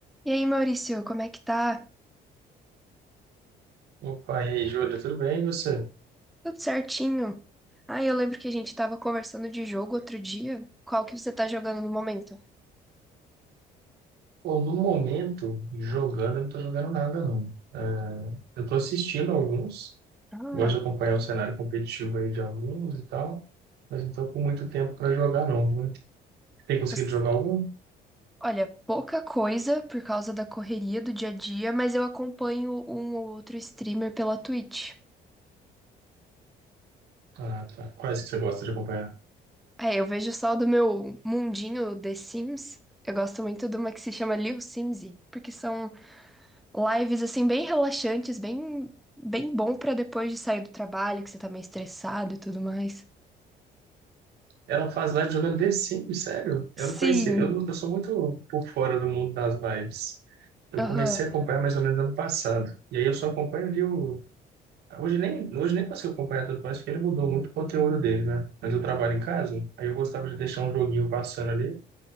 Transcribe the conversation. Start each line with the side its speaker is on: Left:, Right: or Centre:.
Centre: E aí, Maurício, como é que tá?
Right: Opa, e aí, Júlia, tudo bem? E você?
Centre: Tudo certinho? Ah, eu lembro que a gente tava conversando de jogo outro dia. Qual que você tá jogando no momento?
Right: Pô, no momento, jogando, eu não tô jogando nada, não. É, eu tô assistindo alguns,
Centre: Ah,
Right: gosto de acompanhar o cenário competitivo aí de alguns e tal, mas não tô com muito tempo para jogar, não, viu? Tem conseguido
Centre: você-
Right: jogar algum?
Centre: olha, pouca coisa por causa da correria do dia a dia, mas eu acompanho um ou outro streamer pela Twitch.
Right: Ah, tá. Quais que você gosta de acompanhar?
Centre: É, eu vejo só do meu mundinho The Sims. Eu gosto muito de uma que se chama Lil Simsy, porque são lives assim bem relaxantes, bem bem bom pra depois de sair do trabalho, que você tá meio estressado e tudo mais.
Right: Ela faz live jogando The Sims, sério? Eu não
Centre: Sim.
Right: conhecia. Eu, não- eu sou muito por fora do mundo das lives. Eu
Centre: Aham.
Right: comecei a acompanhar mais ou menos ano passado. E aí eu só acompanho ali o Hoje nem, hoje nem consigo acompanhar tudo, mais porque ele mudou muito o conteúdo dele, né? Mas eu trabalho em casa, aí eu gostava de deixar um joguinho passando ali